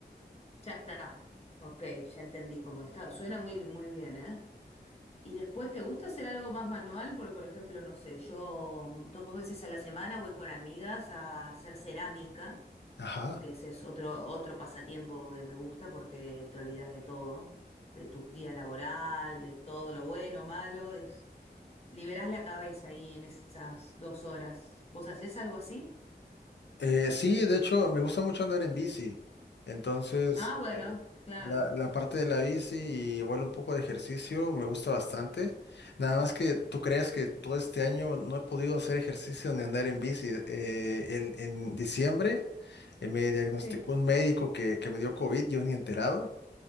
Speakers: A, on the left; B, on the left.
A: Ya está, ok, ya entendí cómo está. Suena muy, muy bien, ¿eh? ¿Y después te gusta hacer algo más manual? Porque, por ejemplo, no sé, yo mm, dos veces a la semana voy con amigas a hacer cerámica,
B: Ajá.
A: que ese es otro, otro pasatiempo que me gusta porque te olvidas de todo, de tu día laboral, de todo lo bueno, malo, es liberás la cabeza ahí en esas dos horas. ¿Vos hacés algo así?
B: Eh, sí, de hecho, me gusta mucho andar en bici. Entonces,
A: Ah, bueno,
B: eh,
A: claro.
B: la, la parte de la bici y igual un poco de ejercicio me gusta bastante. Nada más que tú crees que todo este año no he podido hacer ejercicio ni andar en bici. Eh, el- en diciembre eh, me diagnosticó
A: Sí.
B: un médico que, que me dio COVID, yo ni enterado.